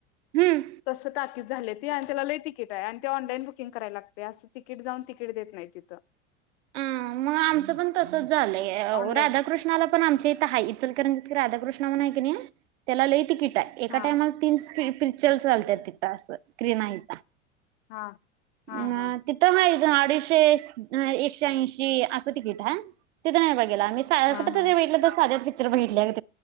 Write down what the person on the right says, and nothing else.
हम्म
उम मग आमचं पण तसंच झालंय
राधा कृष्णाला पण आमच्या इथं हाय इचल करंजित राधा कृष्ण म्हणून हाय किनी त्याला लय तिकीट <unintelligible> एका
टायमाला तीन स्क्री <unintelligible> चल चालत्यात तिथं असं स्क्रीन हैत
आ
तिथं हाय दोन अडीचशे <unintelligible> एकशे ऐशी असं तिकीट हाय तिथं नाही बाई त्याला आम्ही साया
कुटतरी
बघितलं सद्यातली पिक्चर बघितला <unintelligible>